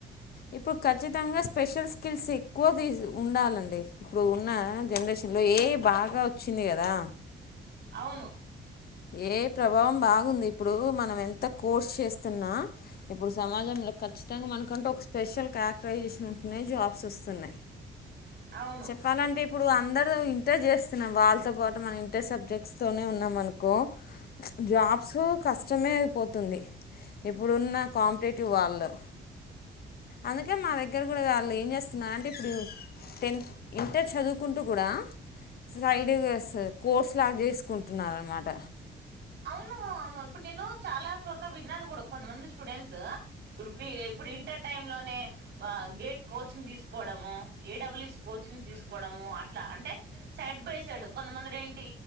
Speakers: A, on the left; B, on the right.
A: ఇప్పుడు ఖచ్చితంగా స్పెషల్ స్కిల్స్ ఎక్కువ తీ ఉండాలండి ఇప్పుడు ఉన్న జనరేషన్లో ఏ ఇ బాగా వచ్చింది కదా
B: అవును
A: ఏ ప్రభావం బాగుంది ఇప్పుడు మనం ఎంత కోర్స్ చేస్తున్నా ఇప్పుడు సమాజంలో ఖచ్చితంగా మనకంటూ ఒక స్పెషల్ క్యారెక్టరైజేషన్ ఉంటున్నాయి జాబ్స్ వస్తున్నాయి
B: అవును
A: చెప్పలంటే ఇప్పుడు అందరు ఇంతే చేస్తున్నాం వాళ్ళతో పాటు మన ఇంతే సబ్జెక్ట్స్ తోనే ఉన్నాం అనుకు కు జాబ్స్ కష్టమే అయిపోతుంది ఇప్పుడున్న కాంపిటేటివ్ వాళ్ళు అందుకే మా దగ్గర కూడా వాళ్ళు ఏం చేస్తున్నారు అంటే ఇప్పుడు టెన్త్ ఇంటర్ చదువుకుంటూ కూడా సైడ్ కోర్స్ లాగా చేసుకుంటున్న అన్నమాట ట
B: అవును అవును ఇప్పుడు నేను చాలా చోట్ల విన్నాను కూడా కొంతమంది స్టూడెంట్స్ ఇప్పుడు బి ఇప్పుడు ఇంటర్ టైమ్ లోనే గేట్ కోచింగ్ తీసుకోవడము ఏడబ్ల్యూ కోచింగ్స్ తీసుకోవడము అట్లా అంటే సైడ్ బై సైడ్ కొంతమందిర ఏంటి